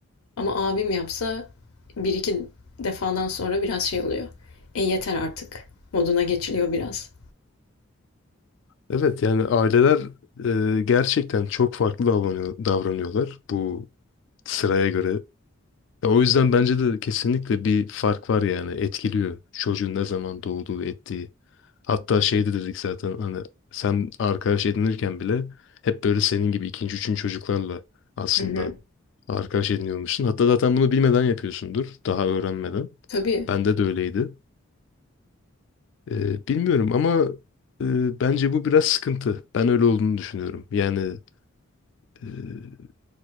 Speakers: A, on the left (about 80°); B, on the left (about 55°).
A: Ama abim yapsa bir iki defadan sonra biraz şey oluyor. E yeter artık moduna geçiliyor biraz.
B: Evet yani aileler e, gerçekten çok farklı davranıyor- davranıyorlar bu sıraya göre. Ya o yüzden bence de kesinlikle bir fark var yani etkiliyor çocuğun ne zaman doğduğu ettiği. Hatta şey de dedik zaten hani sen arkadaş edinirken bile hep böyle senin gibi ikinci üçüncü çocuklarla aslında
A: Hı hı.
B: arkadaş ediniyormuşsun. Hatta zaten bunu bilmeden yapıyorsundur daha öğrenmeden.
A: Tabii.
B: Bende de öyleydi. E, bilmiyorum ama e, bence bu biraz sıkıntı. Ben öyle olduğunu düşünüyorum. Yani Ee,